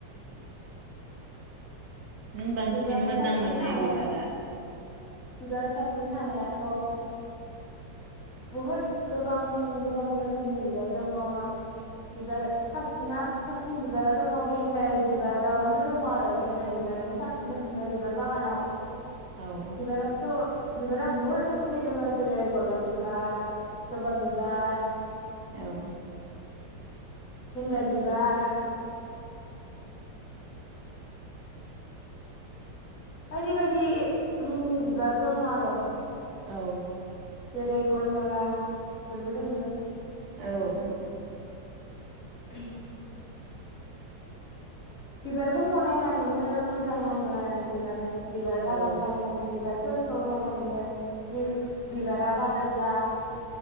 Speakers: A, on the right (about 70°); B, on the left (about 50°).
A: नों बांसिन
B: बिबार
A: मोजां
B: साबसिन
A: मोननाय
B: थानाया
A: बिबारा?
B: बिबार साबसिन थानायाथ' बहुद गोबां गोबां रोखोमनि बिबार दङ बिबार साबसिना साबसिन बिबारा दङ गेन्दाय बिबारावनो दङ आरो गेन्दाय बिबारानो साबसिन दोंसिनो बिबार बागानाव
A: औ
B: बिबाराथ' बिबार रा बहुत रोखोमनि दोङो जेरै गलाब बिबार, जबा बिबार,
A: औ
B: गेन्दाय बिबार बायदि बायदि मुंनि बिबार दङ आर
A: औ
B: जेरै गन्धरास इफोरबो दोङो।
A: औ
B: <unintelligible> बिबारफोरखौ नायनानैनो मोजां नाङो आरो बिबार बिबार बागान
A: औ
B: बानायनानै बिबार। फोरखौ नायनानैनो जि बिबारा बारोब्ला